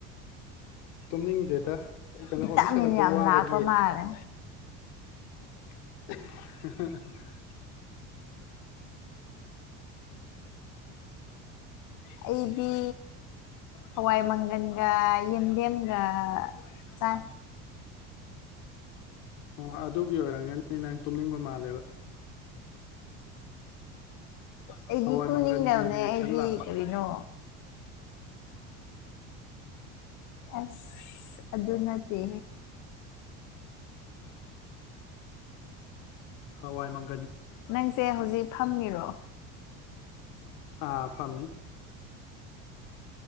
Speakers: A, on the left; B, on the left.
A: ꯇꯨꯝꯅꯤꯡꯗꯦꯗ ꯀꯩꯅꯣ
B: ꯚꯇꯥꯃꯤꯤꯟ
A: ꯑꯣꯐꯤꯁ ꯍꯜꯂꯛꯄꯩ
B: ꯌꯥꯝ
A: ꯋꯥꯕꯒꯤ
B: ꯌꯥꯝꯅꯥꯛꯀ ꯃꯥꯔꯦ
A: <inaudible>
B: ꯑꯩꯗꯤ ꯍꯋꯥꯏ ꯃꯪꯒꯟꯒ ꯌꯦꯟꯗꯦꯝꯒ ꯆꯥꯏ
A: ꯑꯣ ꯑꯗꯨꯒꯤ ꯑꯣꯏꯔꯝꯒꯅꯤ ꯅꯪ ꯇꯨꯝꯅꯤꯡꯕ ꯃꯥꯜꯂꯦꯕ
B: ꯑꯩꯗꯤ
A: ꯍꯋꯥꯏ
B: ꯇꯨꯝꯅꯤꯡꯗꯕꯅꯦ
A: ꯃꯪꯒꯟꯒꯤ ꯔꯤꯌꯦꯛꯁꯟ
B: ꯑꯩꯗꯤ
A: ꯂꯥꯛꯄ
B: ꯀꯔꯤꯅꯣ ꯑꯁ ꯑꯗꯨ ꯑꯗꯨꯅꯗꯤ
A: ꯍꯋꯥꯏ ꯃꯪ
B: ꯅꯪꯁꯦ ꯍꯧꯖꯤꯛ ꯐꯝꯃꯤꯔꯣ
A: ꯑꯥ ꯐꯝꯃꯤꯃꯤ